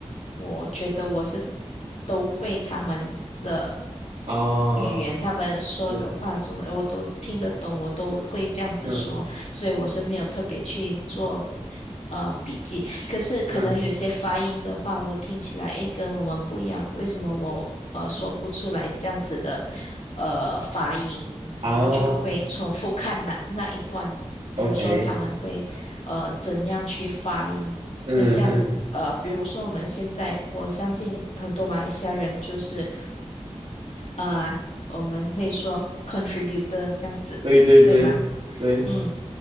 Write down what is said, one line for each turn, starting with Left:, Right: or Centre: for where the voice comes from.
Left: 我觉得我是都会他们的
Right: 哦，
Left: 语言，他们说的话什么的我都听得懂，
Right: 嗯
Left: 我都会这样子说，
Right: 嗯
Left: 所以我是没有特别去做呃笔记。可是可能有些发音的话，
Right: 嗯，
Left: 我听起来诶跟我们不一样，为什么我呃说不出来这样子的呃发音，
Right: 哦
Left: 我就会重复看那那一段，比如说他们会呃怎样去发音，
Right: ，OK，嗯嗯，
Left: 很像。呃，比如说我们现在，我相信很多马来西亚人就是。呃，我们会说 contributor 这样子，
Right: 对对对对，
Left: 对吗？嗯，